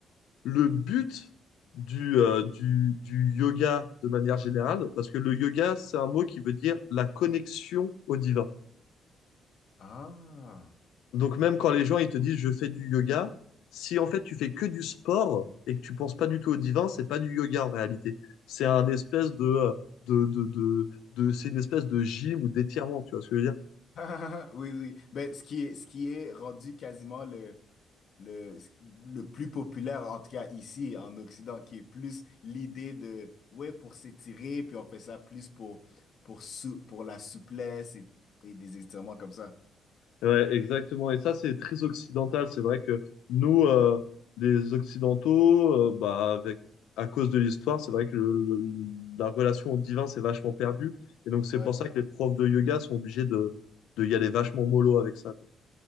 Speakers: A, on the left; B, on the left.
A: le but du, euh, du, du yoga de manière générale, parce que le yoga, c'est un mot qui veut dire la connexion au divin.
B: Ah.
A: Donc même quand les gens ils te disent je fais du yoga, si en fait tu fais que du sport et que tu penses pas du tout au divin, c'est pas du yoga en réalité. C'est un espèce de, euh, de, de, de, de- c'est une espèce de gym ou d'étirement, tu vois ce que je veux dire?
B: <laughs> Oui, oui. Ben, ce qui est, ce qui est rendu quasiment le, le, le plus populaire, en tout cas ici, en Occident, qui est plus l'idée de, ouais, pour s'étirer, puis on fait ça plus pour, pour, sou- pour la souplesse et, et des étirements comme ça.
A: Ouais, exactement. Et ça, c'est très occidental. C'est vrai que nous, euh, les Occidentaux, euh, bah, avec, à cause de l'histoire, c'est vrai que le- le- la relation au divin s'est vachement perdue. Et donc, c'est
B: Ouais.
A: pour ça que les profs de yoga sont obligés de, de y aller vachement mollo avec ça, quoi.